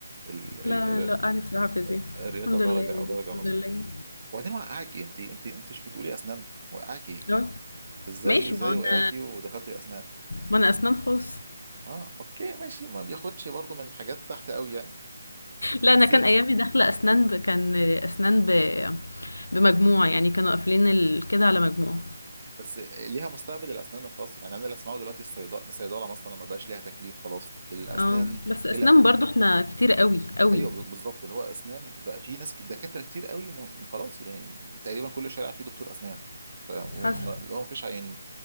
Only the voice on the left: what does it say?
لا
لا
لا أنا بصراحة فيزياء
الحمد
لله يعني
الحمد
لله
أوي
ماشي
ما أنا
ما أنا أسنان خاص
لا
أنا كان أيامي داخلة أسنان ب... كان أسنان ب... بمجموع يعني كانوا قافلين ال... كده على مجموع
اه بس أسنان
برضو احنا كتير قوي قوي
حسب